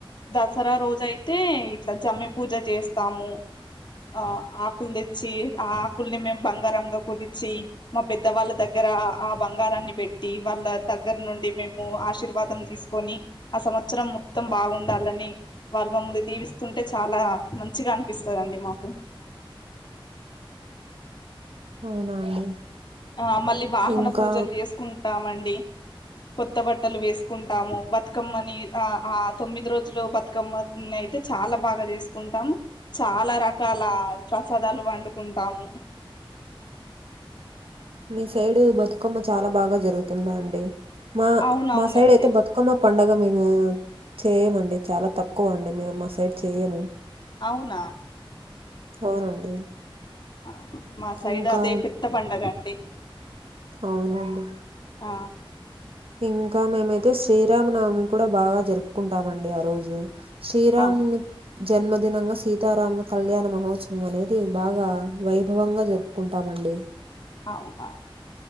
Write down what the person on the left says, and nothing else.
దసరా రోజ అయితే ఇట్ల జమ్మి పూజ చేస్తాము ఆ ఆకులు తెచ్చి ఆ ఆకుల్ని మేము బంగారంగ కొలిచి మా పె వాళ్ళ దగ్గర ఆ బంగారాన్ని పెట్టి వాళ్ళ దగ్గర నుండి మేము ఆ ఆశీర్వాదం తీసుకొని ఆ సంవత్సరం మొత్తం బాగుండాలని వాళ్ళ మమ్మ <unintelligible> దివిస్తుంటే చాలా మంచిగ అనిపిస్తందిండి మాకు
ఆ మళ్ళీ వాహన
పూజలు చేసుకుంటామండి కొత్త బట్టలు వేసుకుంటాము బతుకమ్మని ఆ ఆ తొమ్మిది రోజులు బతుకమ్మ అయితే చాల బాగ చేసుకొంటాం చాలా రకాల ప్రసాదాలు వండుకుంటాము
అవునవునండి
అవున
ఆహ మా సైడ్
అదే పెద్ద పండగ అండి
ఆ
అవు
అవున